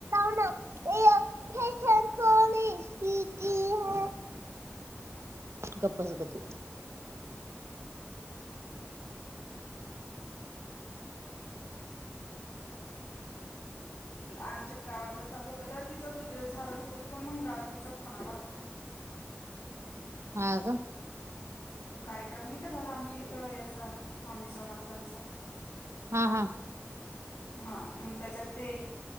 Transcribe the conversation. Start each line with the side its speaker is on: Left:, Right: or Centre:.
Right: ये या फॅशन पो इ कि ती या. गप बस ग तू.
Left: <inaudible> आमच्या गावातलाच चालू होत गं तिच तुझ झालं तोपर्यंत फोन मग गावातलीचा फोन आला होता.
Right: हा का?
Left: तो कार्यक्रम नाही का झाला आमच्या इथं याचा स्वामी समर्थांचा.
Right: हा हा.
Left: हा मग त्याच्यात ते